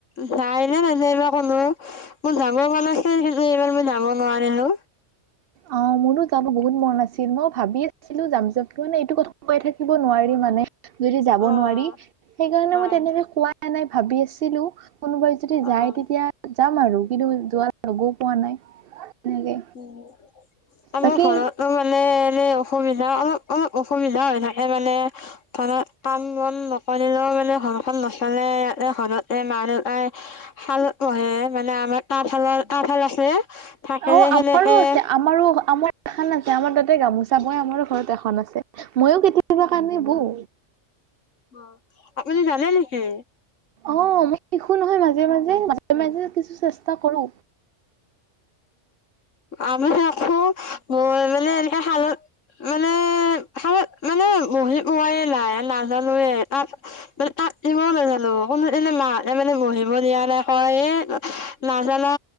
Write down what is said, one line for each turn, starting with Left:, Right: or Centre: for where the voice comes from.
Left: জাই এনে এইবাৰ কলো মোৰ ডাঙৰ মান আছিল স এইবাৰ মই ডাঙৰ নোৱাৰিলোঁ
Right: অ মোৰো যাব বহুত মন আছিল মই ভাবি আছিলো যাম য মানে এইটো কথাাই থাকিব নোৱাৰি মানে যদি যাব
Left: অ',
Right: নোৱাৰি সেইকাৰণে
Left: হয়
Right: মই তেনেকে কোৱা নাই ভাবি আছিলো কোনোবাই যদি
Left: অ',
Right: যায় তেতিয়া যাম আৰু কিন্তু যোৱা লগও পোৱা নাই তেনেকে
Left: উম আমাৰ
Right: বাকী
Left: ঘৰতো মানে এনে অসুবিধা অলপ অলপ অসুবিধা হৈ থাকে মানে ধৰা কাম বন নকৰিলেও মানে ঘৰখন ন চলে <unintelligible> এই মা দেউতাই শালত পে মানে আমাৰ তাঁতশালৰ তাঁতশাল আছে থাকিলে
Right: অ আমাৰো
Left: সেনেকে
Right: আছে আমাৰো আমাৰ এখন আছে আমাৰ তাতে গামোচা মই আমাৰো ঘৰত এখন আছে মইয়ো কেতিয়াবা কানি বওঁ।
Left: অ। আপুনি জানে নেকি?
Right: অ মই শিখো নহয় মাজে মাজে মাজে মাজে কিছু চেষ্টা কৰো।
Left: আমি থাকো মই মানে এনেকে শালত মানে শালত মানে বহি পোৱাই নাই নাজানোৱে তাঁত। মানে তাত কিবা নাজানো কোনো এনে মাহঁতে মানে বহিব দিয়া নাই কয় এ জানা